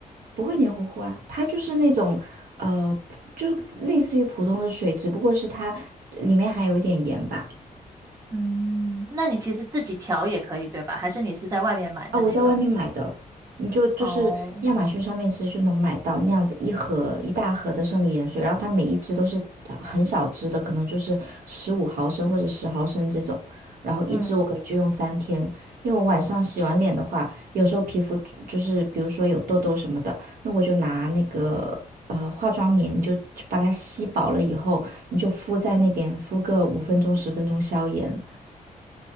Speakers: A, on the right; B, on the right.
A: 不会黏糊糊啊，它就是那种呃，就类似于普通的水，只不过是它里面含有一点盐吧。
B: 嗯，那你其实自己调也可以，对吧？还是你是在外面买的那种？
A: 啊，我在外面买的，你就就是亚马逊上面其实就能买到那样子一盒一大盒的生理盐水，
B: 哦。
A: 然后它每一支都是呃很小支的，可能就是十五毫升或者十毫升这种，然后一支我可能就用三天，
B: 嗯，
A: 因为我晚上洗完脸的话，有时候皮肤就就是比如说有痘痘什么的，那我就拿那个呃化妆棉就就把它吸饱了以后，你就敷在那边敷个五分钟十分钟消炎。